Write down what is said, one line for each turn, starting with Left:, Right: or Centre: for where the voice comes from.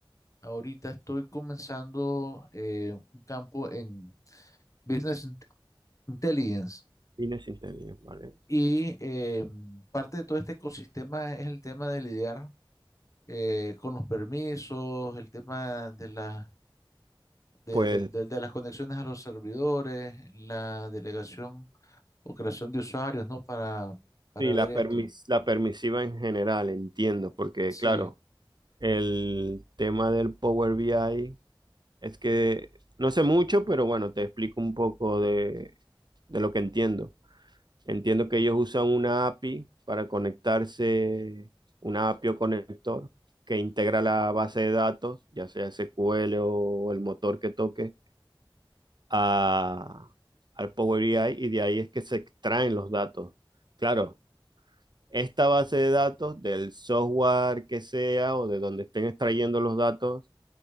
Left: ahorita estoy comenzando eh, un campo en business. Intelligence.
Right: Inés Intelligence, ¿vale?
Left: Y eh, parte de todo este ecosistema es el tema de lidiar eh, con los permisos, el tema de, la, de,
Right: Pues
Left: de- de- de las conexiones a los servidores, la delegación o creación de usuarios, ¿no? Para, para
Right: sí,
Left: ver
Right: la
Left: esto.
Right: permis- la permisiva en general, entiendo, porque
Left: Sí.
Right: claro, el tema del Power BI Es que no sé mucho, pero bueno, te explico un poco de, de lo que entiendo. Entiendo que ellos usan una API para conectarse, una API o conector que integra la base de datos, ya sea SQL o el motor que toque, a, al Power BI y de ahí es que se extraen los datos. Claro, esta base de datos del software que sea o de donde estén extrayendo los datos